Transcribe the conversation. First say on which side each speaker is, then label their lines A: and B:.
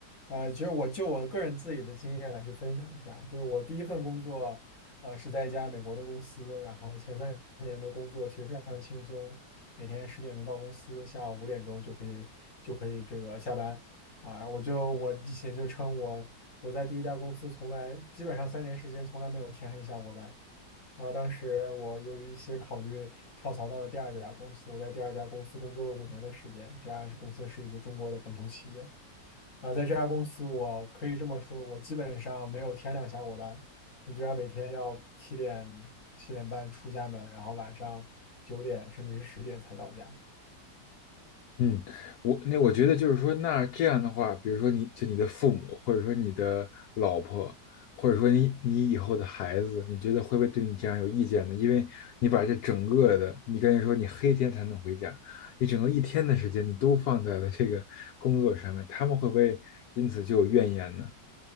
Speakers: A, on the left (about 50°); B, on the left (about 70°).
A: 呃，其实我就我个人自己的经验来去分享一下，就是我第一份工作，呃，是在一家美国的公司，然后前三年的工作其实非常轻松，每天十点钟到公司，下午五点钟就可以就可以这个下班啊。我就我以前就称我我在第一家公司从来基本上三年时间从来没有天黑下过班然后当时我由于一些考虑跳槽到了第二家公司，我在第二家公司工作了五年的时间。这家是公司是一家中国的本土企业，啊，在这家公司我可以这么说，我基本上没有天亮下过班，我居然每天要七点七点半出家门，然后晚上九点甚至是十点才到家。
B: 嗯，我那我觉得就是说，那这样的话，比如说你就你的父母，或者说你的老婆，或者说你你以后的孩子，你觉得会不会对你这样有意见呢？因为你把这整个的，你刚才说你黑天才能回家，你整个一天的时间你都放在了这个工作上面，他们会不会因此就有怨言呢？